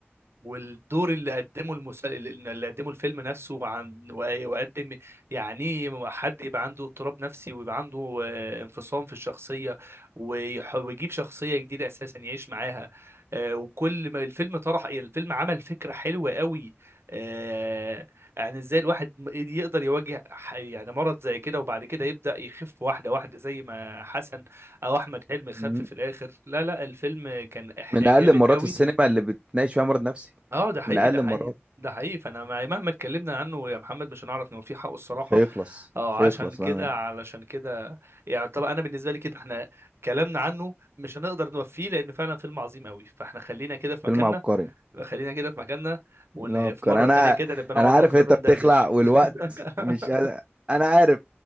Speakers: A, on the right; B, on the right.
A: والدور اللي قدمه المسا... اللي قدمه الفيلم نفسه عن وقدم يعني إيه حد يبقى عنده اضطراب نفسي ويبقى عنده آه، انفصام في الشخصية ويح... ويجيب شخصية جديدة أساسا يعيش معاها آه، وكل ما الفيلم طرح الفيلم عمل فكرة حلوة قوي آه، يعني ازاي الواحد م- يقدر يواجه ح- يعني مرض زي كده وبعد كده يبدأ يخف واحدة واحدة زي ما حسن أو أحمد حلمي خف
B: مم.
A: في الآخر لا لا الفيلم كان إح-
B: من
A: جامد
B: اقل المرات
A: قوي
B: في السينما اللي بتناقش فيها مرض نفسي
A: اه ده حقيقي
B: من اقل
A: ده حقيقي
B: المرات
A: ده حقيقي فانا مع- مهما اتكلمنا عنه يا محمد مش هنعرف نوفيه حقه الصراحه
B: مش هيخلص
A: اه
B: مش هيخلص
A: عشان كده
B: بقى
A: علشان كده يعني طبعا انا بالنسبه لي كده احنا كلامنا عنه مش هنقدر نوفيه لان فعلا فيلم عظيم قوي فاحنا خلينا كده في
B: فيلم
A: مكاننا
B: عبقري
A: خلينا كده في مكاننا وان
B: نوكر
A: في مره
B: انا
A: تانية كده نبقى نقعد
B: انا عارف
A: اكتر
B: انت
A: وندردش
B: بتخلع والوقت
A: <laughs>
B: مش قادر- انا عارف